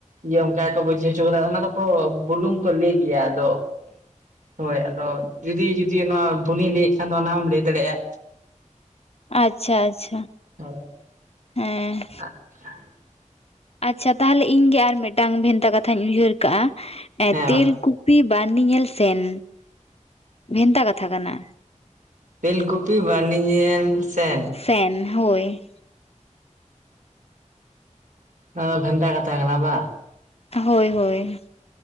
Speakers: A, on the right; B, on the left.
A: ᱤᱭᱟᱹ ᱚᱱᱠᱟ ᱜᱮᱠᱚ ᱵᱩᱡᱷᱟᱹᱣ ᱦᱚᱪᱚ ᱠᱟᱫᱟ, ᱚᱱᱟ ᱫᱚᱠᱚ ᱵᱩᱞᱩᱝ ᱠᱚ ᱞᱟᱹᱭ ᱜᱮᱭᱟ᱾ ᱟᱫᱚ ᱦᱳᱭ ᱟᱫᱚ ᱡᱩᱫᱤ ᱡᱩᱫᱤ ᱱᱚᱣᱟ ᱵᱷᱩᱞᱤᱧ ᱞᱟᱹᱭᱮᱫ ᱠᱷᱟᱱ ᱫᱚ, ᱚᱱᱟ ᱦᱚᱢ ᱞᱟᱹᱭ ᱫᱟᱲᱮᱭᱟᱜᱼᱟ᱾
B: ᱟᱪᱪᱷᱟ ᱟᱪᱪᱷᱟ
A: <unintelligible>
B: ᱦᱮᱸ ᱟᱪᱪᱷᱟ ᱛᱟᱦᱚᱞᱮ ᱤᱧ ᱜᱮ ᱟᱨ ᱢᱤᱫᱴᱟᱝ ᱵᱷᱮᱱᱛᱟ ᱠᱟᱛᱷᱟᱧ ᱩᱭᱦᱟᱹᱨ ᱠᱟᱜᱼᱟ᱾ ᱮ
A: ᱦᱮᱸ
B: ᱛᱮᱞ
A: ᱢᱟ
B: <inaudible> ᱯᱤ ᱵᱟᱨᱱᱤ ᱧᱮᱞ ᱥᱮᱱ ᱵᱷᱮᱱᱛᱟ ᱠᱟᱛᱷᱟ ᱠᱟᱱᱟ᱾
A: ᱛᱮᱞ ᱠᱩᱯᱤ ᱵᱟᱨᱱᱤ ᱧᱮᱱ ᱥᱮᱱ
B: ᱥᱮᱱ ᱦᱳᱭ
A: ᱚ ᱵᱷᱮᱱᱛᱟ ᱠᱟᱛᱷᱟ ᱠᱟᱱᱟ ᱵᱟ᱾
B: ᱦᱳᱭ ᱦᱳᱭ